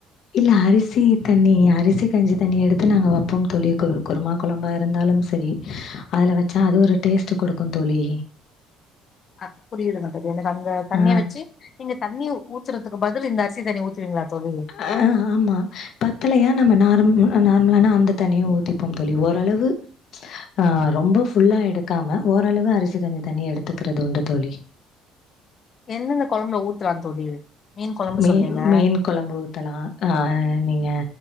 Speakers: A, on the left; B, on the left.
A: இல்ல அரிசி தண்ணி அரிசி கஞ்சி தண்ணிய எடுத்து நாங்க வப்போம் தோழி கொ குருமா கைழம்பா இருந்தாலும் செரி அதுல வச்சா அது ஒரு டேஸ்ட்டு குடுக்கும் தோழி
B: அ புரியுதுங்கது தோழி எனக்கு அந்த தண்ணிய
A: ஆ.
B: வச்சு நீங்க தண்ணி ஊத்துரத்துக்கு பதில் இந்த அரிசி தண்ணி ஊத்துவிங்ளா தோழி
A: ஆ ஆமா பத்தலையா நம்ம நார் நார்மலான அந்த தண்ணியு ஊத்திப்போம் தோழி ஓரளவு ஆ ரொம்ப ஃபுல்லா எடுக்காம ஓரளவு அரிசி கஞ்சி தண்ணி எடுத்துக்கிறது உண்டு தோழி
B: எந்தெந்த கொழம்புல ஊத்தலா தோழி மீன் கொழம்பு
A: மீ
B: சொன்னீங்க
A: மீன் கொழம்பு ஊத்தலா அ நீங்க